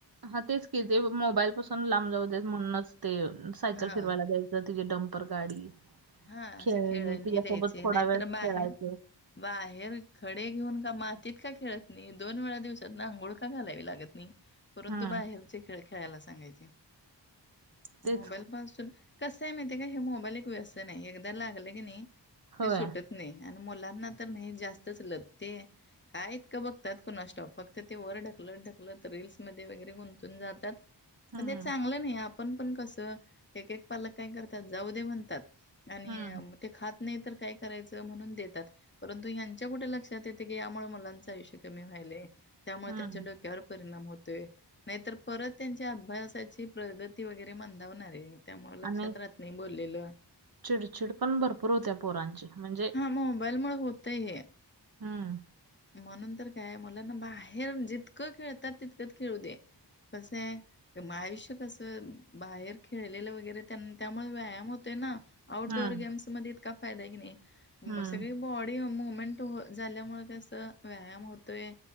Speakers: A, on the right; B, on the left.
A: हा तेच कि. ते मोबाईल पासून लांब जाऊ देत म्हणूनच ते सायकल
B: हां,
A: फिरवायला द्यायच. तिची डंपर गाडी‌,
B: हां,
A: खेळणी
B: असं
A: तिच्यासोबत
B: द्यायची.
A: थोडा
B: नाहीतर
A: वेळ खेळायच.
B: बाहेर बाहेर खडे घेऊन का मातीत का खेळत नाही. दोन वेळा दिवसात ना अंघोळ का घालावी लागत नाही. परंतु
A: हम्म
B: बाहेरचे खेळ खेळायला सांगायचे.
A: तेच
B: मोबाईल पासून कस आहे माहिती आहे का? हे मोबाईल एक व्यसन आहे. एकदा लागल की नाही
A: होय
B: ते सुटत नाही आणि मुलांना कि नाही जास्तच लगते. काय इतक बघतात कोनास ठाउक. फक्त ते वर ढकलत ढकलत रील्स मध्ये वगैरे गुंतून जातात.
A: हम्म
B: पण ते चांगलं नाही. आपण पण कसं एक एक पालक काय करतात जाऊ दे म्हणतात. आणि
A: हम्म
B: ते खात नाही तर काय करायच. म्हणून देतात. परंतु ह्यांच्या कुठे लक्षात येते की यामुळे मुलांचं आयुष्य कमी व्हायले. त्यामुळे
A: हम्म
B: त्यांच्या डोक्यात कर परिणाम होतोय. नाहीतर परत त्यांच्या अभ्यासाची प्रगती वगैरे मंदावणार आहे. त्यामुळं लक्षात
A: आणि
B: राहत नाही बोललेल.
A: चिडचिड पण भरपूर होत्या पोरांची. म्हणजे
B: हां मोबाईलमुळे होतय हे.
A: हम्म
B: म्हणून तर काय मुला ना बाहेर जितक खेळतात तितक खेळू दे. कसंय आयुष्य कसं बाहेर खेळलेलं वगैरे त्यांना त्यामुळे व्यायाम होते ना. आउटडोअर
A: हम्म,
B: गेम्समध्ये इतका फायदा आहे की नाही
A: हम्म,
B: सगळी बॉडी मुवमेंट झाल्यामुळे कस व्यायाम होतोय.